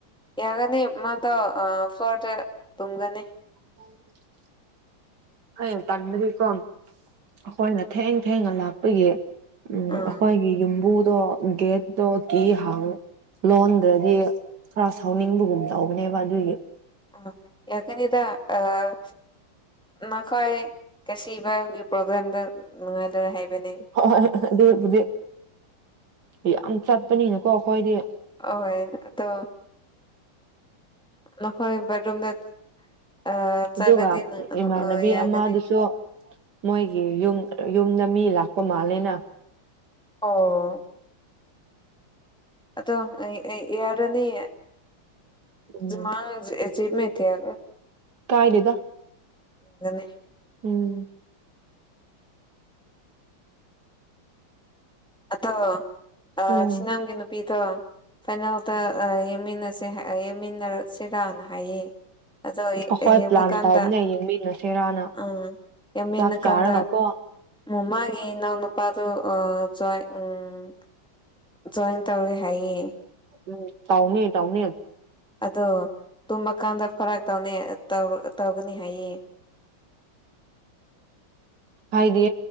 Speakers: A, in the centre; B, on the right.
A: ꯌꯥꯒꯅꯤ ꯃꯥꯗꯣ ꯑꯥ ꯐ꯭ꯂꯣꯔꯇ ꯇꯨꯝꯒꯅꯤ
B: <inaudible> ꯑꯩꯅ ꯇꯥꯟꯕꯗꯤꯀꯣ ꯑꯩꯈꯣꯏꯅ ꯊꯦꯡ ꯊꯦꯡꯅ ꯂꯥꯛꯄꯒꯤ ꯎꯝ
A: ꯑꯥ
B: ꯑꯈꯣꯏꯒꯤ ꯌꯨꯝꯕꯨꯗꯣ ꯒꯦꯠꯇꯣ ꯀꯤ ꯍꯥꯡ ꯂꯣꯟꯗ꯭ꯔꯗꯤ ꯈꯔ ꯁꯥꯎꯅꯤꯡꯕꯒꯨꯝ ꯇꯧꯕꯅꯦꯕ ꯑꯗꯨꯒꯤ
A: ꯑꯥ ꯌꯥꯀꯅꯤꯗ ꯑꯥ ꯅꯈꯣꯏ ꯀꯁꯤꯕꯒꯤ ꯄ꯭ꯔꯣꯕ꯭ꯂꯦꯝꯗ ꯅꯨꯡꯉꯥꯏ ꯂꯣꯏ ꯍꯥꯏꯕꯅꯦ
B: <unintelligible> ꯑꯗꯨꯕꯨꯗꯤ ꯌꯥꯝ ꯆꯠꯄꯅꯤꯅꯀꯣ ꯑꯩꯈꯣꯏꯗꯤ
A: ꯑꯍꯣꯏ ꯑꯗꯣ ꯅꯈꯣꯏ ꯕꯥꯠꯔꯨꯝꯗ ꯑ ꯆꯠꯂꯗꯤ
B: ꯑꯗꯨꯒ
A: ꯅꯪ
B: ꯏꯃꯥꯟꯅꯕꯤ
A: ꯑ ꯌꯥꯒꯅꯤ
B: ꯑꯃꯥꯗꯨꯁꯨ ꯃꯣꯏꯒꯤ ꯌꯨꯝ ꯌꯨꯝꯗ ꯃꯤ ꯂꯥꯛꯄ ꯃꯥꯜꯂꯦꯅ
A: ꯑꯣ ꯑꯗꯣ ꯑꯩ ꯑꯩ ꯌꯥꯔꯅꯤ
B: ꯎꯝ
A: ꯖꯤꯃꯥꯡ ꯖꯤꯑ
B: ꯀꯥꯏꯗꯦꯗ
A: <unintelligible>
B: ꯎꯝ
A: ꯑꯗꯣ ꯑꯥ
B: ꯎꯝ
A: ꯆꯤꯅꯥꯝꯒꯤ ꯅꯨꯄꯤꯗꯣ ꯐꯥꯏꯅꯦꯜꯗ ꯑꯥ ꯌꯦꯡꯃꯤꯟꯅꯁꯦ ꯍꯑꯦ ꯌꯦꯡꯃꯤꯟꯅꯁꯦꯔꯥꯅ ꯍꯥꯏꯌꯦ ꯑꯗꯣ
B: ꯑꯩꯈꯣꯏ
A: ꯌꯦꯡꯕ
B: ꯄ꯭ꯂꯥꯟ
A: ꯀꯥꯟꯗ
B: ꯇꯧꯕꯅꯦ ꯌꯦꯡꯃꯤꯟꯅꯁꯦꯔꯥꯅ
A: ꯑꯥ ꯌꯥꯝꯃꯤꯟꯅꯀꯥꯟꯗ
B: ꯆꯥꯛ ꯆꯥꯔꯒ ꯀꯣ
A: ꯃꯃꯥꯒꯤ ꯏꯅꯥꯎ ꯅꯨꯄꯥꯗꯨ ꯑꯥ ꯆꯣꯏ ꯎꯝ ꯖꯣꯏꯟ ꯇꯧꯔꯦ ꯍꯥꯏꯌꯦ
B: ꯎꯝ ꯇꯥꯎꯅꯤ ꯇꯥꯎꯅꯤ
A: ꯑꯗꯣ ꯇꯨꯝꯃꯀꯥꯟꯗ ꯐꯔꯛ ꯇꯧꯅꯤ ꯇꯧ ꯇꯧꯒꯅꯤ ꯍꯥꯏꯌꯦ
B: ꯍꯥꯏꯗꯤ